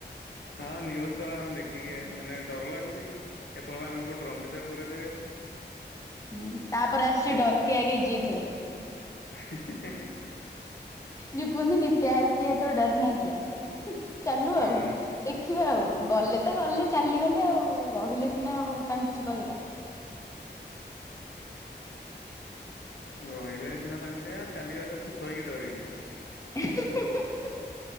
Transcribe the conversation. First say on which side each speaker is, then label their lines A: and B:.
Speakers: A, on the left; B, on the left.
A: ହଁ ନ୍ୟୁଜ ତ ଆମେ ଦେଖିକି ମାନେ ଡର ଲାଗୁଛି। କେତେବେଳେ ଆମ କୁ ଡ୍ରମ୍ ଭିତରେ ପୁରେଇ ଦେବେ।
B: ହଁ ତାପରେ ଆସିଛି
A: କି
B: ଡରକେ ଆଗେ ଜିତ୍ ହେ।
A: <inaudible>
B: ଯୋଉ କୁହନ୍ତିନି ପ୍ୟାର କିଆ ତ ଡର ନା କ୍ୟା। ଚାଲୁ
A: ହୁଁ
B: ଆଉ, ଦେଖିବା ଆଉ ଗଲେ ତ ଗଲେ ଚାଲିଗଲେ ଆଉ ରହିଲେ ସିନା ଆଉ ତାଙ୍କୁକୁ କିଛି କହିବା।
A: ରହିଲେ ସିନା ତାଙ୍କ <unintelligible> ଚାଲିଗଲେ ଭୂତ ହେଇକି ଡରେଇବି।
B: <inaudible>